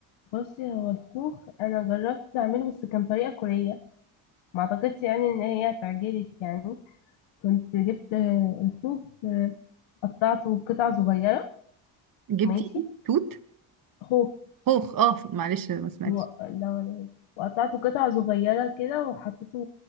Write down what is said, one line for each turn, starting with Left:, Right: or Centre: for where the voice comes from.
Left: بصي هو الخوخ انا جربت اعمله بس كان طريقه كوريه ما اعتقدش يعني ان هي هتعجبك يعني كنت جبت آه، الخوخ آه، قطعته قطع صغيره
Right: جبتي
Left: ماشي
Right: ايه توت
Left: خوخ
Right: خوخ اه معلش ما سمعتش
Left: و... لا ولا وقطعته قطع صغيره كده وحطيته